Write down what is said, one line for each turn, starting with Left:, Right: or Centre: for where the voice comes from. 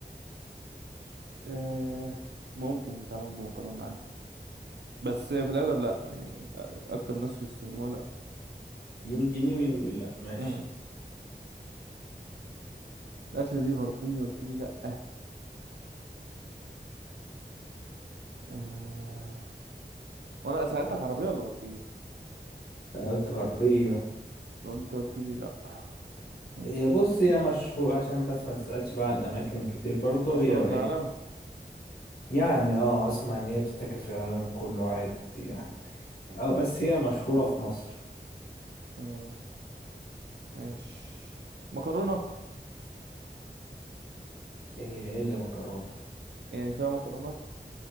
Right: آه ممكن تتعمل بمكرونة عادي بس في الاغلب لا يعني اكتر الناس بيستخدموها لا
Left: يمكن إيه ويمكن لا ماشي
Right: مم. الاكلة دي غربية قلت لي لا آه وانا سألتك عربية ولا غربية
Left: قلت غربية
Right: وانت قلت لي لا مم.
Left: هي بص هي مشهور عشان بس ما تسألش بقى عن الأماكن كتير برضه
Right: مشهورة
Left: هي بقى
Right: في العالم
Left: إيه يعني اه أسمع إن هي بتتاكل في العالم كله عادي يعني اه بس هي مشهورة في مصر
Right: مم. ماشي مكرونة
Left: هي إيه اللي مكرونة
Right: يعني فيها مكرونة